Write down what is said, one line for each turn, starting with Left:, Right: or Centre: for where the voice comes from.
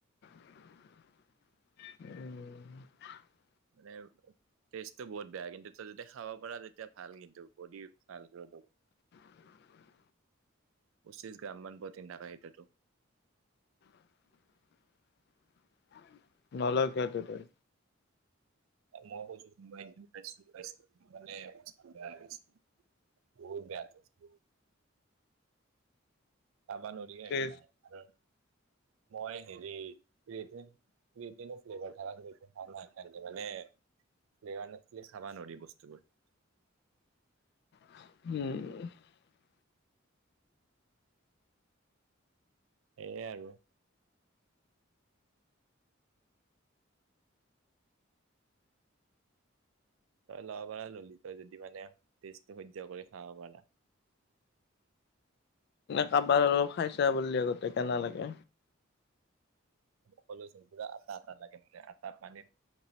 Left: উম।
Right: <unintelligible> টেষ্টটো বহুত বেয়া, কিন্তু তই যেতিয়া খাব পাৰা তেতিয়া ভাল কিন্তু বডি ভাল গ্ৰো
Left: <inaudible>
Right: পচিঁছ গ্ৰামমান প্ৰটিন থাকে সেইটোতো।
Left: <inaudible> ন'ল কিয় তে তই?
Right: মই কৈছোঁ খাইছো <unintelligible> খাইছোলে অ বেয়া লছে বহুত বেয়া টেষ্ট বহুত। খাবা নৰি
Left: কি
Right: একেৰাহে আৰু মই হেৰিৰ ক্ৰিয়েটিন ক্ৰিয়েটিনৰ ফেলেবাৰ নে মানে ফ্লেভাৰ নাথকিলে খাবা নোৱাৰি বস্তুবোৰ।
Left: উম।
Right: সেয়াই আৰু। তই ল'ব পাৰা ল'লি তই যদি মানে ষ্টেটো সহ্য কৰি খাব পাৰা।
Left: খাবা নৰো, খাইছা বুলি আগতে কেনে লাগে।
Right: ক'লোচোন পুৰা আটা আটা লাগে মানে আটা পানীত